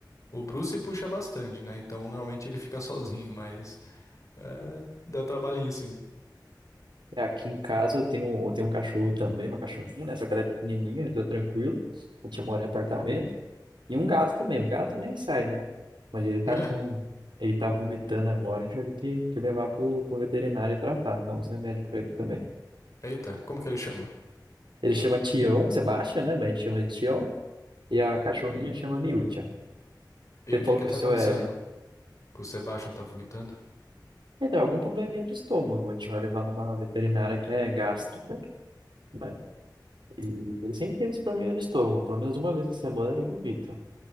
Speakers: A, on the left (about 45°); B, on the right (about 85°).
A: O Bruce puxa bastante, né? Então normalmente ele fica <laughs> sozinho, mas. É, dá trabalhinho sim.
B: É, aqui em casa eu tenho, eu tenho um cachorro também, uma cachorrinha, né? Só que ela é pequenininha, eu tô tranquilo. A gente mora em apartamento. E um gato também, o gato nem sai, né? Mas ele tá
A: <laughs>
B: com... Ele tá vomitando agora, a gente vai ter que, que levar pro, pro veterinário e tratar, dar uns remédios pra ele também.
A: Eita, como que ele chama?
B: Ele chama Tião, Sebastian, né? Mas a gente chama ele de Tião. E a cachorrinha chama Miúcha. Você
A: E o
B: falou
A: que que
B: que
A: tá
B: o seu
A: acontecendo?
B: é.
A: Que o Sebastian tá vomitando?
B: Então algum probleminha de estômago. A gente vai levar numa veterinária que é gástrica, né? E ele sempre teve esse probleminha no estômago. Pelo menos uma vez na semana ele vomita.